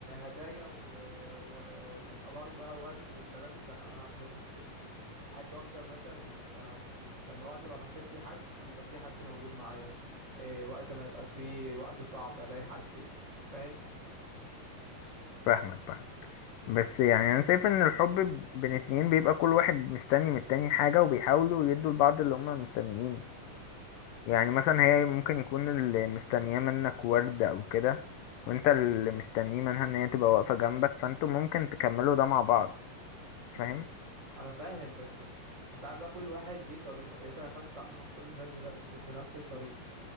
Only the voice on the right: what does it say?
هدايا و... و... والحوار بقى ورد وكلام لا انا ما بحبش كده احب اكتر مثلا ان يبقى لما وقت ابقى محتاج فيه حد يبقى فيه حد موجود معايا إيه وقت ما يبقى فيه وقت صعب الاقي حد فاهم
انا فاهم بس انت عارف بقى كل واحد ليه طريقه يعني انت ما ينفعش تتعامل مع كل الناس بن... بك- بنفس الطريقه